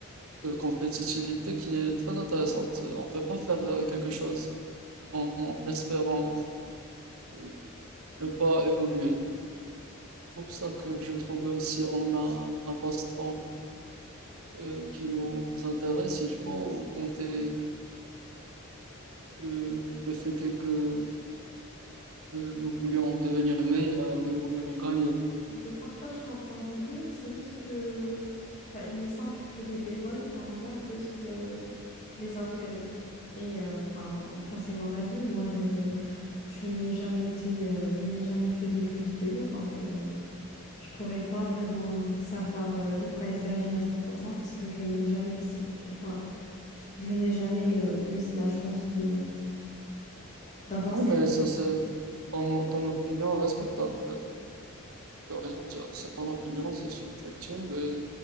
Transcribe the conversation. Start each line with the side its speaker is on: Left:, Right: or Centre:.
Right: de compétitivité qui est très intéressante. On peut pas faire euh, quelque chose en espérant euh, ne pas évoluer. Pour ça que je trouve euh, si on a un passe-temps euh, qui nous intéresse, il faut compter euh, le fait est que euh, nous voulions devenir meilleurs, euh, que nous voulions
Left: Oui,
Right: gagner.
Left: Je partage ton point de vue, c'est juste que bah, il me semble que les bémols sont bien plus que les intérêts. Et euh, enfin, enfin c'est mon avis. Moi, je, je n'ai jamais été, euh, je n'ai jamais fait de jeux vidéo, donc euh, je pourrais pas vraiment savoir euh, de quoi il s'agit à 100% parce que je n'ai jamais, ex- enfin, Je n'ai jamais euh, eu de la chance de d'avoir
Right: Oui,
Left: cette...
Right: mais ça, c'est ton, ton opinion respectable. Je peux rien dire. C'est ton opinion, c'est subjectif. Et